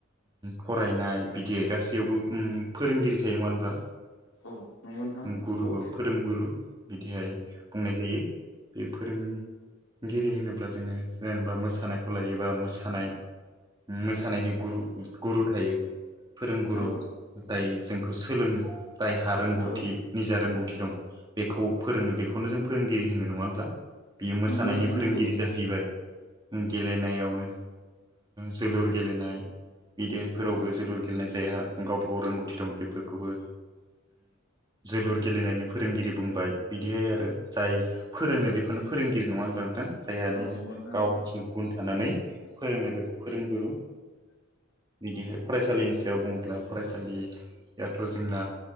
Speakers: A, on the right; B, on the left.
A: फरायनाय बिदि गासैयावबो फोरोंगिरि थायोमोनब्ला
B: औ नंगौ नोंथां
A: गुरु
B: नंगौ
A: फोरोंगुरु बिदिहाय बुंनाय जायो बे फोरों गिरि होनोब्ला जोङो जेनेबा मोसानायखौ लायोबा मोसानाय <unintelligible> थानायनि गुरु गुरु थायो फोरोंगुरु
B: औ नंगौ नोंथां नंगौ औ
A: जाय जोंखौ सोलोङो जायहा रोंगथि
B: औ
A: निजा रोंगथि दं बेखौ फोरोङो बेखौनो जों फोरोंगिरि होनो नङा होनब्ला बेयो मोसानायनि
B: नंगौ नोंथां
A: फोरोंगिरि
B: नंगौ
A: जाहैबाय गेलेनायावनो जोलुर गेलेनाय बिदेहायफोरावबो
B: औ
A: जोलुर गेलेनाय जायो जायहा गावबा गाव रोंगथि दं बेफोरखौबो जोलुर गेलेनायनि फोरोंगिरि बुंबाय बिदिहाय आरो जाय फोरोङो बेखौनो फोरोंगिरि नङा होनबा नोंथां जायहानि
B: औ नंगौ नोंथां
A: गाव
B: नंगौ
A: हारसिं गुन थानानै फोरोंनाय बेखौ फोरोंगुरु बिदिहाय फरायसालिनि सायाव बुङोब्ला फरायसालियाथ' जोंना